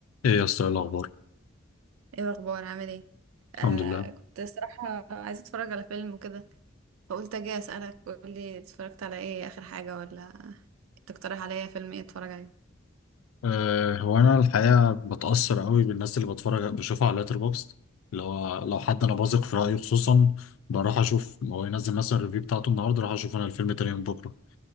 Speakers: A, on the left; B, on the right.
A: ايه يا اسطى إيه الاخبار
B: ايه الاخبار عامل ايه آه
A: الحمد لله
B: كنت صراحة عايزة اتفرج على فيلم وكده فقلت اجي اسألك قولي اتفرجت على ايه اخر حاجة ولا تقترح عليا فيلم ايه اتفرج عليه
A: أه هو انا الحقيقه بتاثر قوي بالناس اللي بتفرج بشوفها على لاتر بوكس اللي هو لو حد انا بثق في رايه خصوصا بروح اشوف هو ينزل مثلا الريفيو بتاعته النهارده راح اشوف انا الفيلم تاني يوم بكره